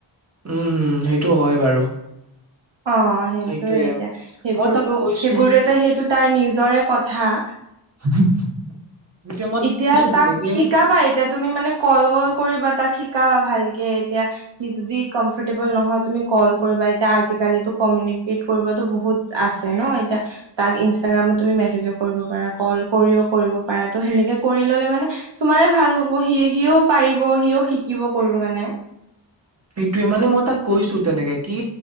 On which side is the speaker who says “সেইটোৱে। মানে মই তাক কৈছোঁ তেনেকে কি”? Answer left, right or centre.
Right